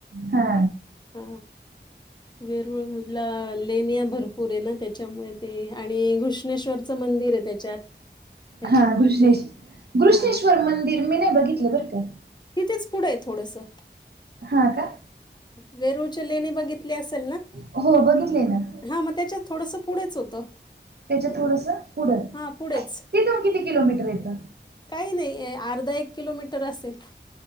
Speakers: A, on the right (about 60°); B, on the left (about 25°).
A: हा.
B: ह वेरूळ ला लेनिया भरपूर आहे ना त्याच्यामुळे ते आणि घृष्णेश्वरचं मंदिर आहे त्याच्यात. त्याच्यामुळे
A: हा घृष्णेश
B: ते
A: घृष्णेश्वर
B: हा
A: मंदिर मी नाही बघितलं बरं का.
B: तिथेच पुढे आहे थोडंसं.
A: हा का.
B: वेरूळच्या लेणी बघितली असेल ना.
A: हो बघितलंय ना
B: हा मग त्याच्या थोडसं पुढेच होतं.
A: त्याच्या थोडसं पुढं,
B: हां, पुढेच.
A: तिथून किती किलोमीटर येतं.
B: काही नाही अर्धा एक किलोमीटर असेल.